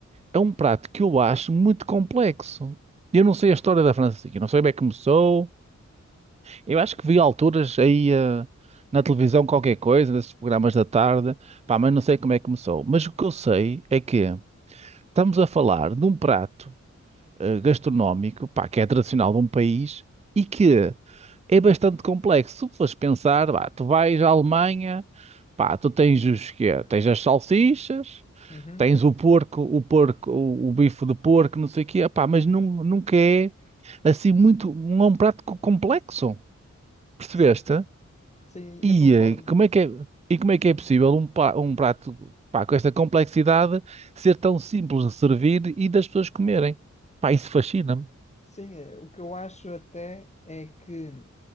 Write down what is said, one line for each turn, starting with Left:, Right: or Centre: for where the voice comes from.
Right: é um prato que eu acho muito complexo. Eu não sei a história da França, eu não sei bem como começou, Eu acho que vi alturas aí eh, na televisão qualquer coisa, desses programas da tarde, pá, mas não sei como é que começou. Mas o que eu sei é que estamos a falar de um prato eh, gastronómico, pá, que é tradicional de um país e que é bastante complexo. Se tu fores pensar, pá, tu vais à Alemanha, pá, tu tens os quê? Tens as salsichas,
Left: uhum,
Right: tens o porco, o porco, o, o bife de porco, não sei o quê, pá, mas nun- nunca é assim muito, não é um prato co- complexo. Percebeste?
Left: sim. Sim,
Right: E
Left: eu concordo.
Right: eh, como é que é, e como é que é possível um, pa- um prato, pá, com esta complexidade ser tão simples de servir e das pessoas comerem? Pá, isso fascina-me.
Left: Sim, eh, o que eu acho até é que.